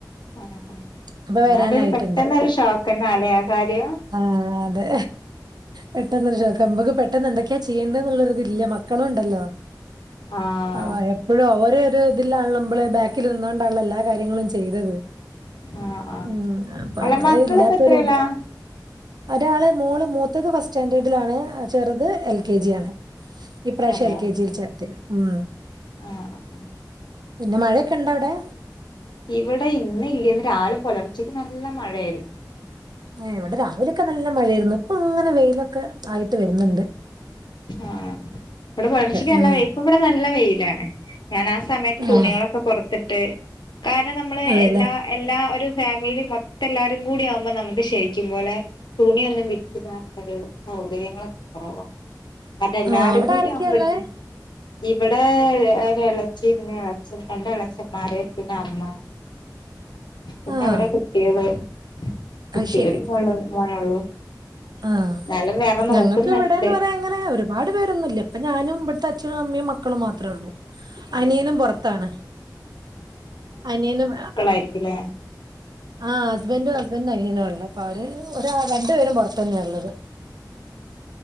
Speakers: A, on the left; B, on the right.
A: ആഹ് ന്നാലൊര്
B: ഇപ്പൊ വരാനായിട്ടുണ്ട്
A: പെട്ടന്നൊരു ഷോക്കെന്നാലെ ആ കാര്യം
B: ആഹ് അതെ പെട്ടന്നൊരു ശോക്കാവും നമുക്ക് പെട്ടെന്ന് എന്തൊക്കെയാ ചെയ്യണ്ടെ ന്നുള്ളൊരു ഇതില്ല മക്കളുണ്ടല്ലൊ
A: ആഹ്
B: അവയം ഇപ്പഴും അവര് ഒരുതില്ലാണ് നമ്മള് ബാക്കില് നിന്നോണ്ടാണല്ലോ എല്ലാ കാര്യങ്ങളും ചെ ചെയ്തത്
A: ആഹ് ആഹ്
B: ഉം അപ്പവര്
A: അല്ല മക്കളിപ്പ
B: ഇല്ലാത്തൊര്
A: എത്രേലാ
B: ഒരാള് മോള് മൂത്തത് ഫസ്റ്റ് സ്റ്റാൻഡേർഡിലാണ് ചെറ്ത് എൽ കേ ജി യാണ് ഇപ്രാവശ്യം
A: അതെ
B: എൽ കേ ജീല് ചേർത്ത് ഉം
A: ആഹ് ആഹ്
B: പിന്ന മഴെക്കൊണ്ടാവിടെ
A: ഇവിടെ ഇന്നില്ല ഇന്ന് രാവിലെ പുലർച്ചക്ക് നല്ല മഴയായിര്ന്നു
B: ഏഹ് ഇവടെ രാവിലെയൊക്കെ നല്ല മഴയെര്ന്നു ഇപ്പൊ അങ്ങനെ വെയിലൊക്കെ ആയിട്ട് വര്ന്നുണ്ട്
A: ആഹ് ഇവടെ പുലർച്ചക്ക്
B: ഉം
A: നല്ല വെയ് ഇപ്പ ഇവടെ നല്ല വെയിലാണ് ഞാൻ ആഹ് സമയത്ത് തുണികളൊക്കെ
B: ആഹ്
A: പൊറത്ത് ട്ട്. കാരണം നമ്മളെ
B: അതെല്ലേ
A: എല്ലാ എല്ലാ ഒരു ഫാമിലി മൊത്തം എല്ലാരും കൂടി ആവുമ്പോ നമുക്ക് ശരിക്കും പോലെ തുണിയൊന്നും വിരിച്ചിടാനുള്ളൊരു സൗകര്യങ്ങളൊക്കെ കുറവാ ങ്ങനെ എല്ലാരും
B: ആഹ് അവിടെ
A: കൂടി
B: ആരൊക്കെയുള്ളേ
A: ആവൻ പറ്റു ഇവിടെ ഒര് ഇളച്ചി പിന്നെ ഇളച്ചൻ ഇളച്ചന്മാര് പിന്നെ അമ്മ പിന്നെ
B: ആഹ്
A: അവരെ കുട്ടികള് കുട്ടി
B: അത് ശെരി
A: ഒരു മോള്
B: ഉം
A: മോനൊള്ളൂ
B: ആ
A: എന്നാലും വേറെ നോക്കുന്നുണ്ട്
B: ഞങ്ങക്ക് ഇവിടെന്ന് പറയാൻ അങ്ങനെ ഒരുപാട് പേരൊന്നും ഇല്ല ഇപ്പം ഞാനും ഇവിടുത്തെ അച്ഛനും അമ്മയും മക്കളും മാത്രേ ഉള്ളൂ
A: അതെ
B: അനിയനും പൊറത്താണ് അനിയനും
A: മായിരിക്കുമല്ലേ
B: ആഹ് ഹസ്ബന്റും ഹസ്ബൻ്റിൻ്റെ അനിയനും ഒള്ളെ അപ്പ അവര് ഒരാ രണ്ടു പേരും പുറത്ത് തന്നെയാ ഉള്ളത്